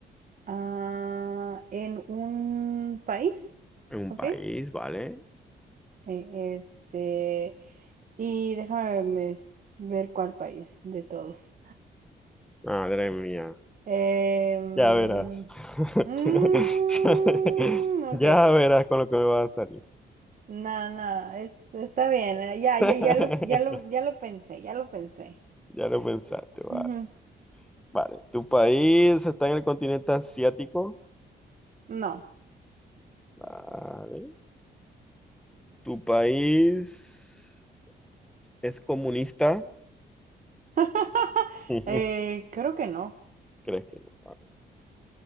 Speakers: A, on the right; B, in the centre.
A: ah, en un país,
B: en un
A: ¿ok?
B: país,
A: Eh,
B: ¿vale?
A: Este, y déjame me- ver cuál país de todos.
B: Madre mía,
A: Em,
B: ya verás. <laughs>
A: mm, ok.
B: Ya verás con lo que me va a salir.
A: No, no, es- está bien. eh, Ya,
B: <laughs>
A: ya, ya lo, ya lo, ya lo pensé, ya lo pensé.
B: Ya lo pensaste, va.
A: Ujú.
B: Vale. ¿Tu país está en el continente asiático?
A: No.
B: Vale. ¿Tu país es comunista?
A: <laughs>
B: <laughs>
A: Eh, creo que no.
B: ¿Crees que no? Vale.